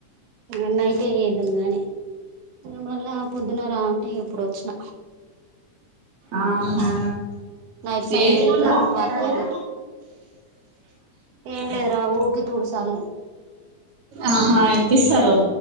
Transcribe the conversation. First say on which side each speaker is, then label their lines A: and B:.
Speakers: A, on the right (about 90°); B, on the right (about 55°).
A: అ ఏదునుగాని మళ్ళ పొద్దునారా అంటే ఇప్పుడు వచ్చిన
B: ఆహా
A: నైట్ చల్లగ
B: ఏమిలా హాస్పిటల్లా
A: ఉంది వాతావరన ఏం లేదురా ఊకి తుడుసాలని
B: ఆహా ఎంతిస్తారు